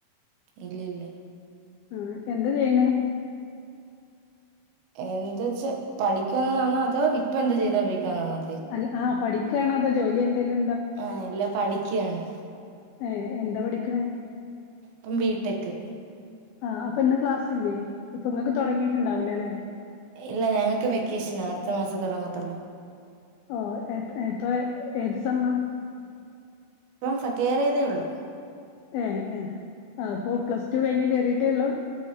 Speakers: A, on the right (about 90°); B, on the left (about 85°).
A: ഇല്ല്യല്ല.
B: മ്, എന്താചെയ്യണേ?
A: എന്താച്ച പഠിക്കുന്നതാന്നോ അതോ ഇപ്പ എന്ത ചെയ്തോണ്ടിരിക്കാന്നാന്നോ
B: അല്ല ആഹ്, പഠിക്കാണോ അതോ ജോലി എന്തേലു
A: ആഹ്, ഇല്ല പഠിക്ക്യാണ്.
B: ഏഹ്, എന്താ പഠിക്ക്ണേ
A: പ്പം ബിടെക്ക്
B: ആഹ് അപ്പൊ ഇന്ന് ക്ലാസ് ഇല്ല്യേ, ഇപ്പൊ ഇങ്ങക്ക് തൊടങ്ങിയിട്ടുണ്ടാവൂലലെ?
A: ഇല്ല ഞങ്ങക്ക് വെക്കേഷനാ അടുത്ത മാസം തൊടങ്ങത്തുള്ളൂ.
B: ഓഹ്, എഹ്, ഏഹ് പ്പ ഏത് സെമ്മാ
A: ഇപ്പം ഫ കേറിയതേഉള്ളൂ
B: ഏഹ്, ഏഹ് അപ്പൊ പ്ലസ് ടു കഴിഞ്ഞ് കേറിയിട്ടേ ള്ളൂ.